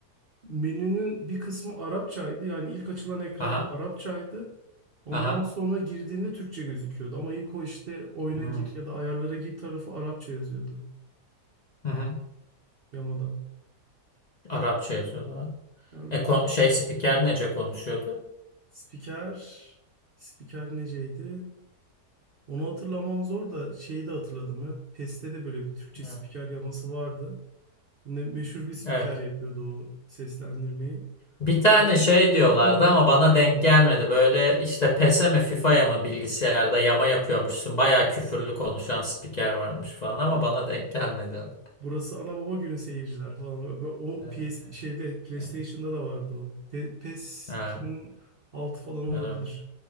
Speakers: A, on the right; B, on the left.
A: menünün bir kısmı Arapçaydı. Yani ilk açılan ekran
B: aha,
A: Arapçaydı. Ondan
B: aha.
A: sonra girdiğinde Türkçe gözüküyordu. Ama ilk o işte oyuna
B: Hmm,
A: gir ya da ayarlara gir tarafı Arapça yazıyordu
B: Hı hı.
A: Yamada.
B: Arapça yazıyordu. o.
A: Yani
B: E, ko- şey spiker nece konuşuyordu?
A: spiker, spiker neceydi? Onu hatırlamam zor da şeyi de hatırladım ya. PES'te de böyle bir Türkçe
B: Hı,
A: spiker yaması vardı. Yine meşhur bir spiker
B: Evet.
A: yapıyordu o seslendirmeyi.
B: Bir tane
A: Ama
B: şey
A: Winning
B: diyorlardı
A: Eleven on
B: ama
A: biri hatırlayamadım.
B: bana denk gelmedi. Böyle işte PES'e mi FIFA'ya mı bilgisayarda yama yapıyormuşsun. Bayağı küfürlü konuşan spiker varmış falan ama
A: Ha,
B: bana denk gelmedi. Evet,
A: Burası ana baba günü seyirciler falan. Ve o
B: evet.
A: PS şeyde PlayStation'da
B: evet.
A: da vardı o. Pe- PES
B: Ha,
A: 2006 falan olabilir.
B: öyle mi?